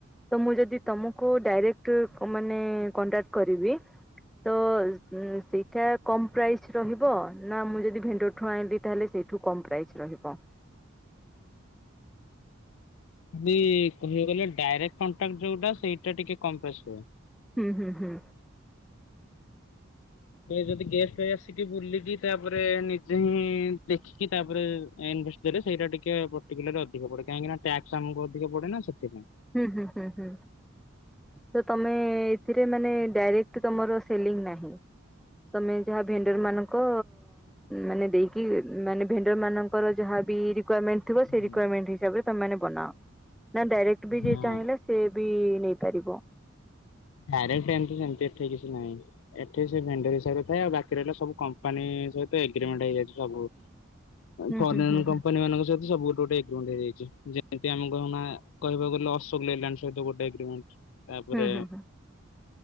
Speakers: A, in the centre; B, on the left.
A: ତ ମୁଁ ଯଦି ତମକୁ ଡାଇରେକ୍ଟ ମାନେ କଣ୍ଟାକ୍ଟ କରିବି। ତ ସେଇଟା ଉ କମ ପ୍ରାଇସ ରହିବ ନା ମୁଁ ଯଦି ଭେଣ୍ଡଠୁ ଆଣିଲି ତାହେଲେ ସେ ଏଠୁ କମ୍ ପ୍ରାଇସ୍ ରହିବ।
B: ଦି କହିବା ଗଲେ ଡାଇକ୍ଟ କଣ୍ଟାକ୍ଟ ଯୋଉଟା ସେଇଟା ଟିକେ <unintelligible> ଆସିବ।
A: ହୁଁ ହୁଁ ହୁଁ।
B: ଯଦି ଗେଷ୍ଟ ଭାଇ ଆସିକି ବୁଲିକି ତାପରେ ନିଜେ ହିଁ ଦେଖିକି ତାପରେ ଇନଭେଷ୍ଟ ଦେଲେ ସେଇଟା ଟିକେ ପର୍ଟିକୁଲାର ଅଧିକ ପଡେ କାହିଁକି ନା ଟ୍ୟାକ୍ସ ଆମକୁ ଅଧିକ ପଡେ ନା ସେଥିପାଇଁ।
A: ହୁଁ ହୁଁ ହୁଁ ହୁଁ। ତ ତମେ ଏଥିରେ ମାନେ ଡାଇରେକ୍ଟ ତମର ସେଲିଙ୍ଗ ନାହିଁ। ତମେ ଯାହା ଭେଣ୍ଡର ମାନଙ୍କ ମାନେ ଦେଇକି ମାନେ ଭେଣ୍ଡର ମାନଙ୍କ ର ଯାହା ବି ରିକ୍ଯୁମେଣ୍ଟ ଥିବ ସେ
B: ହୁଁ।
A: ରିକ୍ଯୁମେଣ୍ଟ ହିସାବରେ ତମେ ମାନେ ବନାଅ ନା ଡାଇରେକ୍ଟ ବି ଯେ
B: ହଁ
A: ଚାହିଁଲା ସେ ବି ନେଇପାରିବ।
B: ଆରେ ସେମିତି ସେମିତି ଏଠି କିଛି ନାହିଁ। ଏଠି ସେ ଭେଣ୍ଡେର ସହିରେ ଥାଏ ଆଉ ବାକି ରହିଲା ସବୁ କମ୍ପାନୀ ସହି ଏଗ୍ରିମେଣ୍ଟ ହେଇଯାଇଛି ସବୁ
A: ହୁଁ
B: ଫରେନ
A: ହୁଁ ହୁଁ ହୁଁ
B: କମ୍ପାନୀ ମାନଙ୍କ ସହିତ ସବୁ ଗୋଟେ ଗୋଟେ ଇ ଯେମିତି ଆମେ କହହୁ କହକୁ ଗଲେ ଅଶୋକ ଲେଲାଣ୍ଡ ସହିତ ଗୋଟେଗିମେଣ୍ଟ ତାପରେ
A: ହୁଁ ହୁଁ ହୁଁ